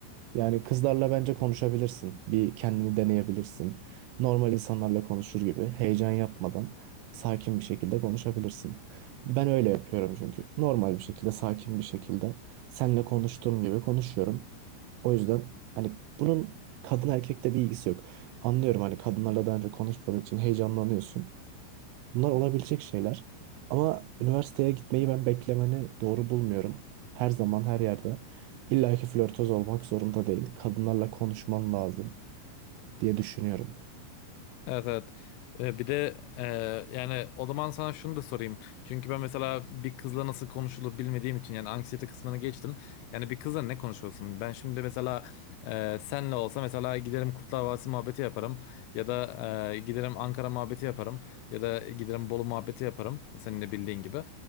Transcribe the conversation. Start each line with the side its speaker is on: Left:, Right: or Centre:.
Right: Yani kızlarla bence konuşabilirsin. Bir kendini deneyebilirsin. Normal insanlarla konuşur gibi heyecan yapmadan sakin bir şekilde konuşabilirsin. Ben öyle yapıyorum çünkü. Normal bir şekilde, sakin bir şekilde seninle konuştuğum gibi konuşuyorum. O yüzden hani bunun kadın erkekte bir ilgisi yok. Anlıyorum hani kadınlarla daha önce konuşmadığın için heyecanlanıyorsun. Bunlar olabilecek şeyler. Ama üniversiteye gitmeyi ben beklemeni doğru bulmuyorum. Her zaman her yerde. İlla ki flörtöz olmak zorunda değil. Kadınlarla konuşman lazım diye düşünüyorum.
Left: Evet evet. Ee, bir de e, yani o zaman sana şunu da sorayım. Çünkü ben mesela bir kızla nasıl konuşulur bilmediğim için yani anksiyete kısmını geçtim. Yani bir kızla ne konuşuyorsun? Ben şimdi mesela e, senle olsa mesela giderim Kurtlar Vadisi muhabbeti yaparım. Ya da e, giderim Ankara muhabbeti yaparım. Ya da giderim Bolu muhabbeti yaparım. Senin de bildiğin gibi.